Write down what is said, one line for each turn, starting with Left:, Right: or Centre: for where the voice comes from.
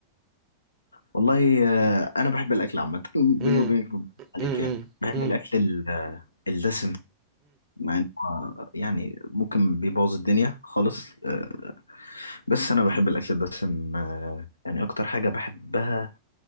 Left: والله آه، أنا بحب الأكل عامة بيني
Right: امم
Left: وبينك ما بكذبش عليك
Right: امم
Left: يعني بحب
Right: امم
Left: الأكل ال- آه، الدسم مع إنه آه، يعني ممكن بيبوظ الدنيا خالص آه، بس أنا بحب الأكل الدسم آه، يعني أكتر حاجة بحبها